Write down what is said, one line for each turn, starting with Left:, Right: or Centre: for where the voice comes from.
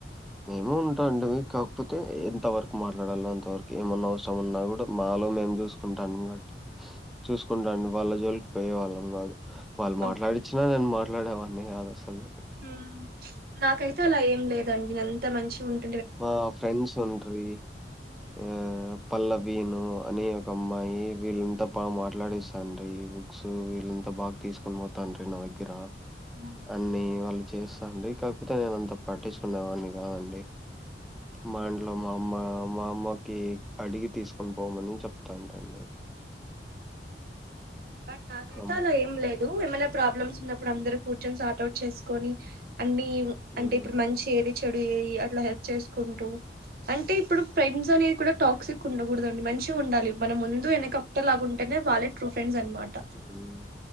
Centre: మేము ఉంటాం అండి కాకపోతే ఎంత వరకు మాట్లాడాలో అంత వరకు ఏమన్నా అవసరమన్నా కూడా మా మాలో మేము చూసుకుంటాం కాబట్టి చూసుకుంటాండి వాళ్ళ జోలికి పోయేవాళ్ళం కాదు వాళ్ళు మాట్లాడిచ్చినా
Right: ఓకే
Centre: నేను మాట్లాడేవాన్నీ కాదు అసలు
Right: హ్మ్ నాకైతే అలా ఏం లేదండి. అంత మంచి ఉంట
Centre: మా ఫ్రెండ్స్ ఉంట్రి ఆ పల్లవీను అని ఒక అమ్మాయి వీళ్ళంతా బాగా మాట్లాడిస్తాట్రి ఈ బుక్స్ వీళ్ళంతా బాగా తీసుకొని పోతా అండి నా దగ్గరా
Right: మ్మ్
Centre: అన్ని వాళ్ళు చేస్తాండి. కాకపోతే నేను అంత పట్టించుకునేవాన్ని కాదండి. మాఇడ్లో మా అమ్మా మా అమ్మకి అడిగి తీసుకొని పోమని చెప్తాంటండి.
Right: బట్ నాకైతే
Centre: హ్మ్.
Right: అలా ఏం లే ఏమైనా ప్రాబ్లమ్స్ ఉన్నప్పుడు అందరూ కూర్చొని సార్ట్ అవుట్ చేసుకొని అన్ని
Centre: హ్మ్.
Right: అంటే ఇప్పుడు మంచి ఏది చెడు ఏది అట్లా హెల్ప్ చేసుకుంటూ అంటే ఇప్పుడు ఫ్రెండ్స్ అనేది కూడా టాక్సిక్ ఉండకూడదు అండి. మంచిగా ఉండాలి మన ముందు వెనక ఒకే లాగుంటేనే వాళ్ళే ట్రూ ఫ్రెండ్స్ అన్నమాట.
Centre: హ్మ్.